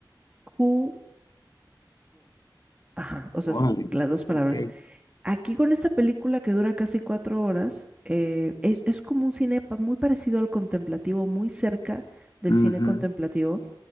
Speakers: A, on the right (about 15°); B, on the left (about 55°).
A: Kubo. Ajá, o sea,
B: Órale,
A: es las dos palabras.
B: ok.
A: Aquí con esta película que dura casi cuatro horas, eh, es, es como un cine pa- muy parecido al contemplativo, muy cerca del
B: Ujú.
A: cine contemplativo.